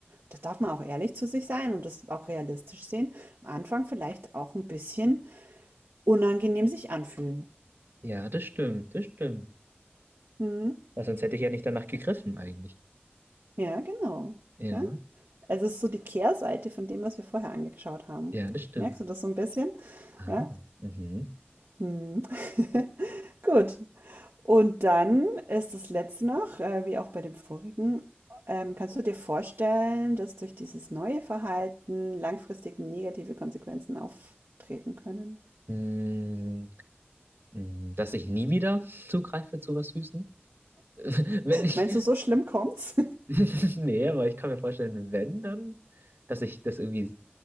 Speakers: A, on the right; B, on the right.
A: da darf man auch ehrlich zu sich sein und das auch realistisch sehen am Anfang vielleicht auch ein bisschen unangenehm sich anfühlen.
B: ja, das stimmt, das stimmt.
A: Mhm.
B: Weil sonst hätte ich ja nicht danach gegriffen eigentlich.
A: Ja, genau,
B: Ja,
A: gell? Also, es ist so die Kehrseite von dem, was wir vorher angeschaut haben.
B: ja, das stimmt.
A: Merkst du das so ein bisschen?
B: Ah,
A: Ja?
B: mhm.
A: Mhm. <laughs> Gut. Und dann ist das letzte noch, äh, wie auch bei dem vorigen, ähm, kannst du dir vorstellen, dass durch dieses neue Verhalten langfristig negative Konsequenzen auftreten können?
B: Mm, mm, Dass ich nie wieder zugreife zu was Süßen? <laughs> Wenn ich,
A: Meinst du, so schlimm kommt's,
B: <laughs> nee, aber ich kann mir vorstellen, wenn dann, dass ich das irgendwie